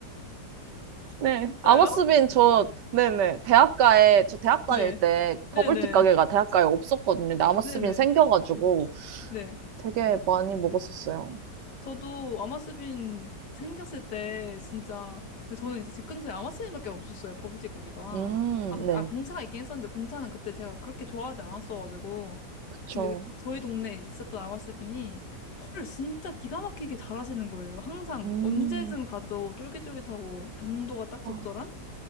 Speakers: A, on the right; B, on the left.
A: 네.
B: 진짜요?
A: 아머스빈 저 네네 대학가에 저 대학 다닐
B: 네.
A: 때
B: 네네.
A: 버블티 가게가 대학가에 없었거든요. 근데 아머스빈
B: 네네. 네.
A: 생겨가지고
B: 네. 네.
A: 되게 많이 먹었었어요.
B: 저도 아마스빈 생겼을 때 진짜 근데 저는 이제 집 근처에 아마스빈밖에 없었어요. 버블티 가게가.
A: 음,
B: 아, 그때,
A: 네.
B: 아, 공차가 있긴 했었는데 공차는 그때 제가 그렇게 좋아하지 않았어가지고
A: 그쵸.
B: 근데 그 저희 동네에 있었던 아마스빈이 펄을 진짜 기가 막히게 잘 하시는 거예요. 항상
A: 음.
B: 언제든 가도 쫄깃쫄깃하고 당도가 딱
A: 아,
B: 적절한?